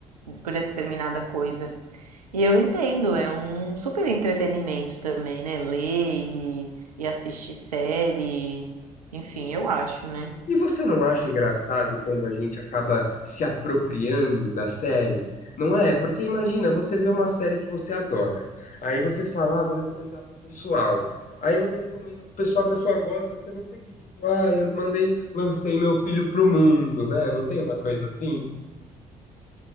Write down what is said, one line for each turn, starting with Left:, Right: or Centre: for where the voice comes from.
Right: por determinada coisa. E eu entendo, é um super entretenimento também, né, ler e, e assistir série, enfim, eu acho, né.
Left: E você não acha engraçado como a gente acaba se apropriando da série? Não é? Porque imagina, você vê uma série que você adora. Aí você fala, ah, vou recomendar pro pessoal. Aí você recomenda pro pessoal, a pessoa gosta, você não sente tipo, ah, eu mandei, lancei meu filho pro mundo, né? Não tem uma coisa assim?